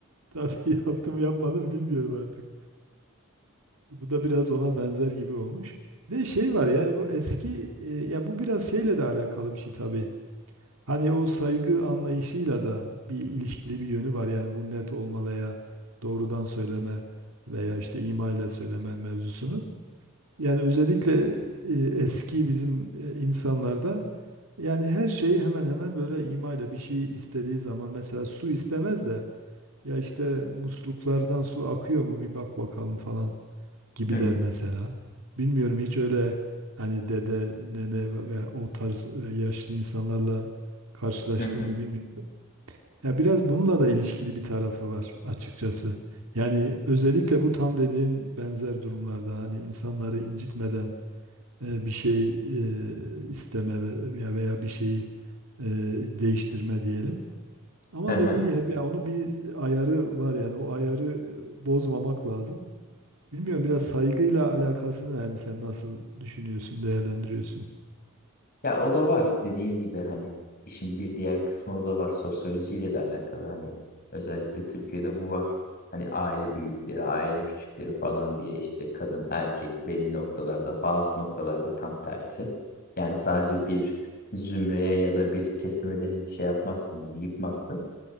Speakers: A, on the right; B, on the left.
A: Tabii <laughs> yaptım mı yapmadım mı bilmiyorum artık. Bu da biraz ona benzer gibi olmuş. Bir De şey var yani bu eski e, ya bu biraz şeyle de alakalı bir şey tabii. Hani o saygı anlayışıyla da bir ilişkili bir yönü var. Yani bu net olma veya doğrudan söyleme veya işte ima ile söyleme mevzusunun. Yani özellikle e, eski bizim e, insanlarda yani her şeyi hemen hemen böyle ima ile bir şey istediği zaman mesela su istemez de ya işte musluklardan su akıyor mu bir bak bakalım falan gibi
B: Hı
A: der
B: hı.
A: mesela. Bilmiyorum hiç öyle hani dede, nene ve ve o tarz e, yaşlı insanlarla karşılaştığımı
B: Hı hı.
A: bilmiyorum. Ya biraz bununla da ilişkili bir tarafı var açıkçası. Yani özellikle bu tam dediğin benzer durumlarda hani insanları incitmeden e, bir şey e, isteme ve- veya veya bir şeyi e, değiştirme diyelim. Ama
B: hı hı.
A: dediğim gibi hep ya onun bir ayarı var yani o ayarı e, bozmamak lazım. Bilmiyorum biraz saygıyla alakasını yani sen nasıl düşünüyorsun, değerlendiriyorsun?
B: Ya o da var dediğin gibi hani işin bir diğer kısmı o da var sosyolojiyle de alakalı hani özellikle Türkiye'de bu var. Hani aile büyükleri, aile küçükleri falan diye işte kadın erkek belli noktalarda bazı noktalarda tam tersi. Yani sadece bir zümreye ya da bir kesime de hiç şey yapmazsın bunu yıkmazsın.